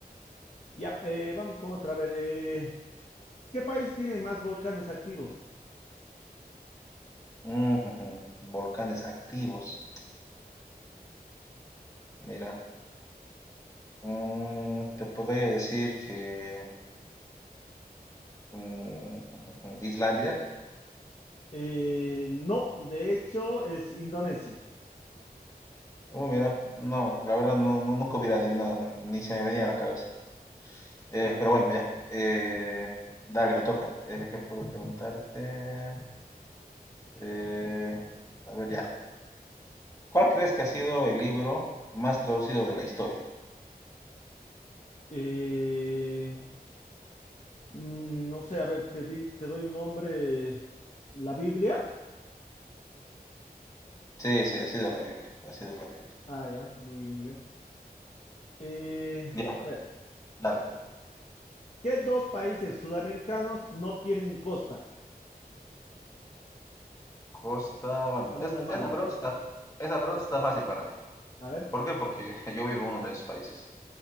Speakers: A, on the left; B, on the left.
A: Ya, eh, vamos con otra. A ver, eh, ¿qué país tiene más volcanes activos?
B: Ujujú. Volcanes activos. Mira. mm, te podría decir que mm, <laughs> Islandia.
A: Eh, no, de hecho es Indonesia.
B: Uh, mira, no, la verdad no, no- nunca hubiera adivinado, ni se me venía a la cabeza. Eh,
A: A ver,
B: pero
A: ¿cuántos?
B: bueno, ya. Eh, dale, me toca. Eh, ¿qué puedo preguntarte? Eh, a ver, ya. ¿Cuál crees que ha sido el libro más traducido de la historia?
A: Eh, mm, no sé, a ver, te, di- te doy un nombre. ¿La Biblia?
B: Sí, sí, ha sido la Biblia, ha sido la Biblia.
A: Ah, ya, muy bien, muy bien. Eh,
B: Ya,
A: a ver,
B: dale.
A: ¿qué dos países sudamericanos no tienen costa?
B: Costa, bueno,
A: Salida
B: es-
A: al mar,
B: esa
A: digamos.
B: pregunta está, esa pregunta está fácil para mí.
A: A ver.
B: ¿Por qué? Porque <laughs> yo vivo en uno de esos países.